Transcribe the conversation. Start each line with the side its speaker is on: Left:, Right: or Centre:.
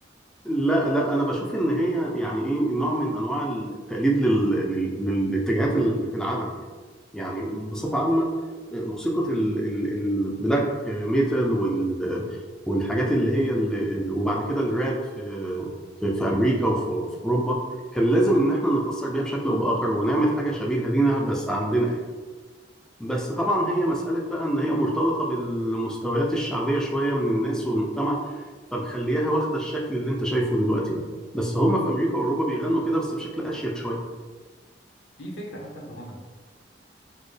Centre: لا لا أنا بشوف إن هي يعني إيه نوع من أنواع التقليد لل... لل... للاتجاهات اللي في العالم يعني يعني بصفة عامة آه، موسيقى ال... ال... البلاك ميتال وال... والحاجات اللي هي ال... وبعد كده الراب في في, في أمريكا وفي... وفي أوروبا كان لازم إن إحنا نتأثر بيها بشكل أو بآخر ونعمل حاجة شبيهة لينا بس عندنا إحنا بس طبعا هي مسألة بقى إن هي مرتبطة بالمستويات الشعبية شوية من الناس والمجتمع فمخليها واخدة الشكل اللي أنت شايفه دلوقتي ده بس هم في أمريكا وأوروبا بيغنوا كده بس بشكل أشيك شوية
Left: في فكرة حتى في الغنى